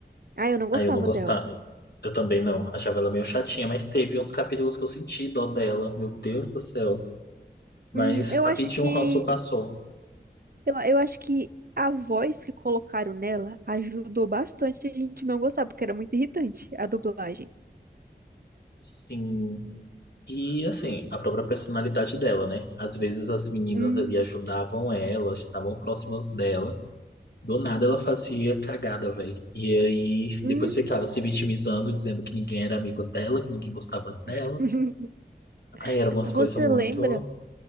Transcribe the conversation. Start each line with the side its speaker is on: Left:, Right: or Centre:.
Right: Ah, eu não gostava
Left: Aí eu não gostava.
Right: dela.
Left: Eu também não, achava ela meio chatinha, mas teve uns capítulos que eu senti dó dela, meu Deus do céu. Mas
Right: Hum, eu
Left: rapidinho
Right: acho que.
Left: o ranço passou.
Right: Eu, eu acho que a voz que colocaram nela ajudou bastante a gente não gostar, porque era muito irritante a dublagem.
Left: Sim. E assim, a própria personalidade dela, né? Às vezes as meninas
Right: Hum,
Left: ali ajudavam ela, estavam próximas dela. Do nada ela fazia cagada, velho. E aí
Right: Uhum.
Left: depois ficava se vitimizando, dizendo que ninguém era amigo dela, que ninguém gostava dela.
Right: <laughs>
Left: Aí eram umas
Right: Você
Left: coisas muito.
Right: lembra?